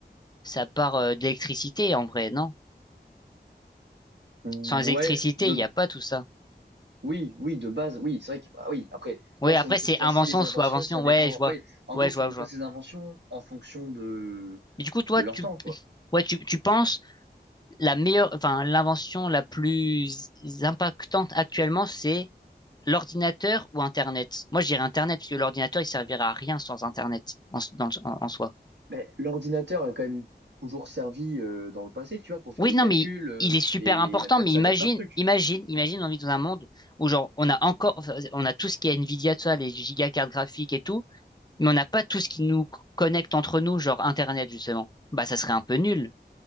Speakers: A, on the left; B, on the right.
A: ça part euh, de l'électricité, en vrai, non?
B: Ouais,
A: Sans électricité,
B: de,
A: il n'y a pas tout ça.
B: Oui, oui, de base, oui, c'est vrai que, bah oui, après,
A: Oui,
B: là, si
A: après,
B: on essaie
A: c'est
B: de classer
A: invention
B: les inventions,
A: sous invention.
B: ça dépend.
A: Ouais, je vois.
B: Oui, en
A: Ouais,
B: gros,
A: je
B: faut
A: vois,
B: qu'on
A: je
B: classe
A: vois.
B: les inventions en fonction de,
A: Mais du coup, toi,
B: de leur
A: tu,
B: temps, quoi.
A: ouais, tu, tu penses la meilleure, enfin, l'invention la plus impactante actuellement, c'est l'ordinateur ou Internet? Moi, je dirais Internet, parce que l'ordinateur, il servira à rien sans Internet en, s- dans le- en- en soi.
B: Mais l'ordinateur a quand même toujours servi euh, dans le passé, tu vois, pour faire
A: Oui,
B: des
A: non,
B: calculs,
A: mais il,
B: euh,
A: il est super
B: et
A: important,
B: il a quand
A: mais
B: même servi
A: imagine,
B: à plein de trucs.
A: imagine, imagine, on vit dans un monde où, genre, on a encore, enfin, on a tout ce qui est Nvidia, tout ça, les gigacartes graphiques et tout, mais on n'a pas tout ce qui nous co- connecte entre nous, genre Internet, justement. Bah, ça serait un peu nul.